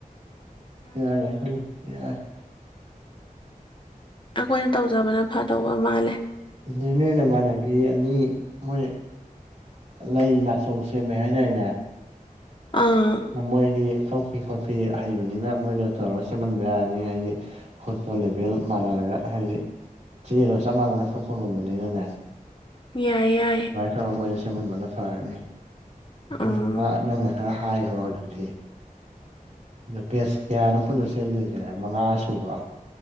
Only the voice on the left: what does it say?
ꯑꯩꯈꯣꯏꯅ ꯇꯧꯖꯕꯅ ꯐꯗꯧꯕ ꯃꯥꯜꯂꯦ
ꯑꯥ
ꯌꯥꯏ ꯌꯥꯏ
ꯑꯥ